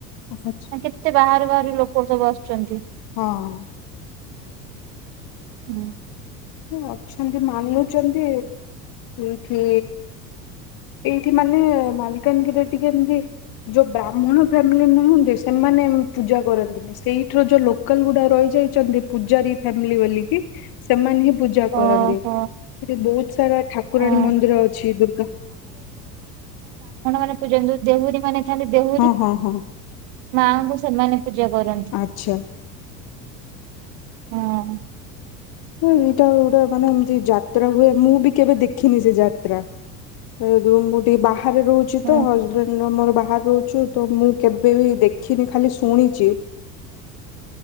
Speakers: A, on the left; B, on the right.
A: ଓ ହ,
B: କେତେ ବାହାରୁ ବାହାରୁ ଲୋକ ସବୁ ଆସୁଛନ୍ତି।
A: ହଁ।
B: ହୁଁ
A: ଅଛନ୍ତି ମାନୁଚନ୍ତି ଏଇଠି ଏଇଠି ମାନେ ମାଲିକାନଗିରିରେ ଟିକେ ଏମତି ଯୋଉ ବ୍ରାହ୍ମଣ ଫ୍ୟାମିଲି ନୁହଁନ୍ତି ସେମାନେ ପୂଜା କରନ୍ତିନି। ସେଇଠର ଯୋଉ ଲୋକାଲ ଗୁଡା ରହି ଯାଇଚନ୍ତି ପୂଜାରୀ ଫ୍ୟାମିଲି ବୋଲିକି ସେମାନେ ହିଁ ପୂଜା କରନ୍ତି।
B: ଓହୋ
A: ତାପରେ ବହୁତ ସାରା ଠାକୁରାଣୀ
B: ହଁ।
A: ମନ୍ଦିର ଅଛି ଦୁର୍ଗା
B: ପୂଜନ୍ତୁ ଦେହୁରୀ ମାନେ ଖାଲି ଦେହୁରୀ
A: ହଁ ହଁ ହଁ
B: ମାଙ୍କୁ ସେମାନେ ପୂଜା କରନ୍ତି।
A: ଆଚ୍ଛା
B: ହଁ।
A: ହୁଁ ଏଇଟା ଗୋଟା ମାନେ ଏମତି ଯାତ୍ରା ହୁଏ ମୁଁ ବି କେବେ ଦେଖିନି ସେ ଯାତ୍ରା। ମୁଁ ଟିକେ ବାହାରେ ରହୁଛି
B: ହଁ
A: ତ ହଜବେଣ୍ଡର ମୋର ବାହାରେ ରହୁଛୁ ତ ମୁଁ କେବେ ବି ଦେଖିନି ଖାଲି ଶୁଣିଚି। <inaudible>